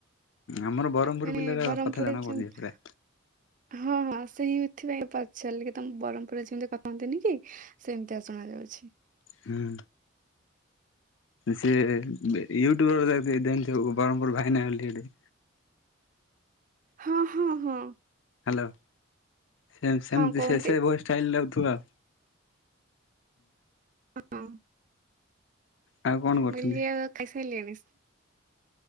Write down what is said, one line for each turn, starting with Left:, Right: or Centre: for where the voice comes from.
Left: ଆମର ବ୍ରହ୍ମପୁର
Right: ମାନେ
Left: ପିଲାର
Right: ବ୍ରହ୍ମପୁରରେ
Left: କଥା ଜଣା
Right: ଯେମତି
Left: ପଡୁନି ପୁରା।
Right: ହଁ ହଁ ସେଇ ଏଥିପାଇଁ ପଚାରିଲ କି ତମେ ବ୍ରହ୍ମପୁରରେ ଯେମିତି କଥାନ୍ତିନି କି ସେମିତି ଶୁଣ ଯାଉଛି।
Left: ହୁଁ ସେ ୟୁଟ୍ୟୁବରେ ଦେଖ ଦେ ବରହମପୁର ଭାଇନା ହେଲି।
Right: ହଁ ହଁ ହଁ।
Left: ହ୍ୟାଲୋ ସେମ୍ ସେମ୍
Right: ହଁ କହୁନାହାନ୍ତି
Left: ସେ ସେ ଷ୍ଟାଇଲ ଲାଗଥିବ ଆ
Right: ହଁ
Left: ଆଉ କଣ କରୁଛନ୍ତି।
Right: ମୁଁ କହିଲି ଆଉ ଖାଇସାଇଲେଣି।